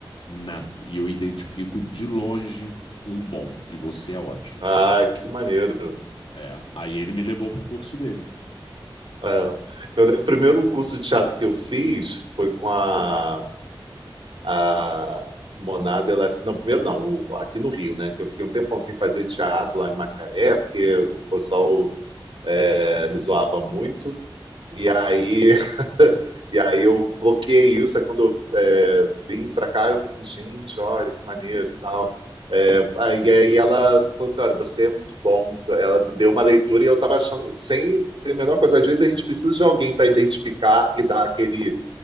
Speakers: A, on the left; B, on the right.
A: Nato. E eu identifico de longe um bom. E você é ótimo.
B: Ah, que maneiro.
A: É. Aí ele me levou pro curso dele.
B: É. Eu lembro, o primeiro curso de teatro que eu fiz foi com a, a Monada Elas- Não, primeiro não, o- aqui no Rio, né? Que eu fiquei um tempão sem fazer teatro lá em Macaé, porque o pessoal eh, me zoava muito. E aí, <laughs> e aí eu bloqueei isso. Aí quando eu é, vim pra cá, eu falei assim, gente, olha que maneiro e tal. É, aí, aí ela falou assim, olha, você é muito bom. Ela me deu uma leitura e eu tava achando, sem, sem a menor coisa, às vezes a gente precisa de alguém para identificar e dar aquele,